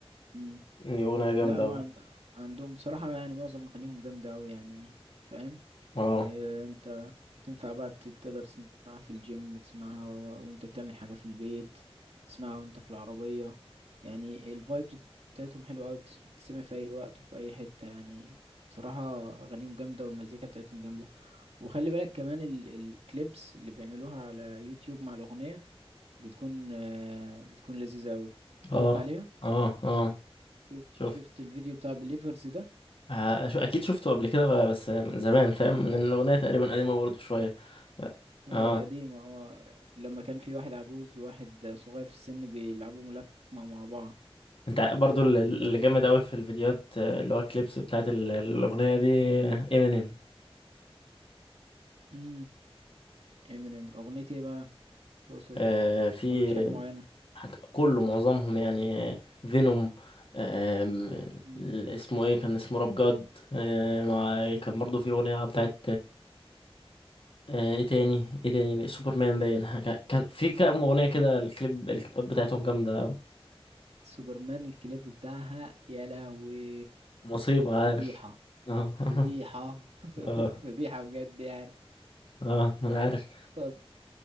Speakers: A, on the right; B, on the left.
A: امم
B: دي أغنية جامدة
A: لا هو
B: أوي
A: عند... عندهم بصراحة يعني معظم أغانيهم جامدة أوي يعني فاهم
B: اه
A: إيه انت تنفع بقى بت- تقدر تسمعها في الجيم تسمعها و... وانت بتعمل حاجة في البيت تسمعها وانت في العربية يعني الفايبز بتاعتهم حلوة أوي بتس- بتسمع في أي وقت وفي أي حتة يعني بصراحة أغانيهم جامدة والمزيكا بتاعتهم جامدة وخلي بالك كمان ال... الكليبس اللي بيعملوها على يوتيوب مع الأغنية بتكون آه، بتكون لذيذة أوي اتفرجت
B: اه
A: عليها
B: اه اه
A: شفت
B: شفت
A: شفت الفيديو بتاع بليفرز ده
B: آه، شو- اكيد شفته قبل كده بقى بس من زمان فاهم لان الاغنيه تقريبا قديمه برضو شويه
A: هي
B: اه
A: قديمة اه لما كان في واحد عجوز وواحد صغير في السن بيلعبوا ملاكمة مع بعض
B: انت برضو ال- اللي
A: فاهم
B: جامد قوي في الفيديوهات آه، اللي هو الكليبس بتاعت ال- الاغنيه دي امينيم
A: امم امينيم اغنية ايه بقى تقصد
B: آه في
A: ولا مش حاجة معينة
B: حاج- كله معظمهم يعني فينوم آم،
A: امم
B: اسمه ايه كان اسمه راب جاد آه مع كان برضو في اغنيه بتاعت آه، ايه تاني ايه تاني سوبرمان باين حاجة- كان في كام اغنيه كده الكليب الكليبات بتاعتهم جامده أوي.
A: سوبرمان الكليب بتاعها يا لهوي
B: مصيبه عارف
A: فضيحة
B: اه <laughs>
A: فضيحة <laughs>
B: اه
A: فضيحة بجد يعني
B: اه انا عارف
A: طب